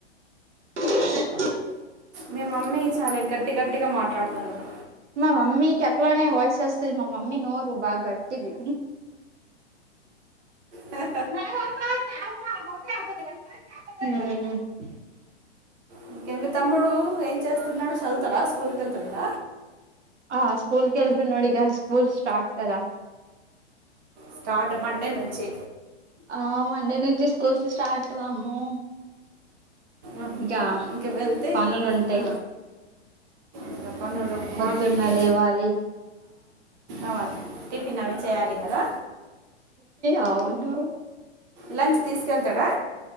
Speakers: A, on the right; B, on the right.
A: హలో
B: మీ మమ్మీ చాలా గట్టి గట్టిగా మాట్లాడుతున్నారు
A: మా మమ్మీ కట్లనే వాయిస్ వస్తది మా మమ్మీ నోరు బాగ్ గట్ టిది
B: అ
A: హ్మ్
B: ఇంకేది తమ్ముడు ఏం చేస్తున్నాడు చదువుతడా స్కూల్ కెళ్తున్నాడ
A: ఆ స్కూల్ కెళ్తున్నాడిగా స్కూల్ స్టార్ట్ కద
B: స్టార్ట్ మండే నుంచి
A: ఆ మండే నుంచి కోసి స్టార్ట్ వాము
B: ఉమ్.
A: ఇగ
B: ఇంక వెళ్తే
A: పనులుంటయి
B: ఆ, ఇక పనులు మార్నింగే
A: పొద్దున్న లేవాలి
B: అవును టిఫిన్ అవి చేయాలి కదా
A: అవును
B: లంచ్ తీసుకెళ్తాడా